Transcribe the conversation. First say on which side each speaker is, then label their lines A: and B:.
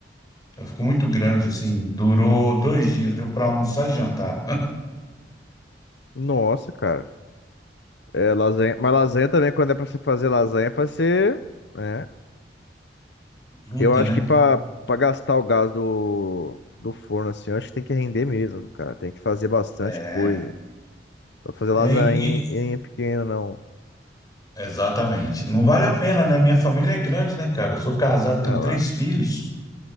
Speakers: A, on the left (about 20°); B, on the left (about 70°).
A: Ela ficou muito grande, assim. Durou dois dias, deu para almoçar e jantar.
B: Nossa, cara. É, lasanha. Mas lasanha também, quando é pra você fazer lasanha, é pra ser. Né?
A: Bruta,
B: Eu acho
A: né?
B: que pra, pra gastar o gás do, do forno, assim, eu acho que tem que render mesmo, cara. Tem que fazer bastante
A: É,
B: coisa. Pra fazer
A: é,
B: lasanha
A: e-
B: em pequena, não.
A: exatamente. Não vale a pena, né? Minha família é grande, né, cara? Eu sou casado, tenho
B: Olha
A: três
B: lá.
A: filhos,